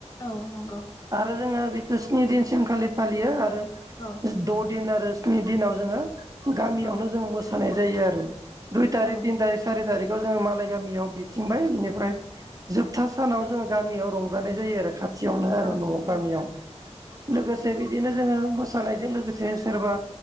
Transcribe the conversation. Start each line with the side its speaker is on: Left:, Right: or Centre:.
Left: औ नंगौ
Right: आरो जोङो बेखौ स्नि दिनसिम खालि फालियो आरो
Left: औ
Right: द' दिन आरो। नि दिनाव जोङो गामियावनो
Left: औ औ
Right: जों मोसानाय जायो आरो दुइ थारिख
Left: औ
Right: तिन थारिख सारि थारिख। बेखौ जोङो मालाय गामियाव बिथिंबाय बिनिफ्राय जोबथा सानाव जोंङो गामियाव रंजानाय जायो आरो खाथियावनो आरो
Left: औ
Right: न'आव गामियाव लोगोसे बिदिनो। जोङो मोसानायजों लोगोसे सोरबा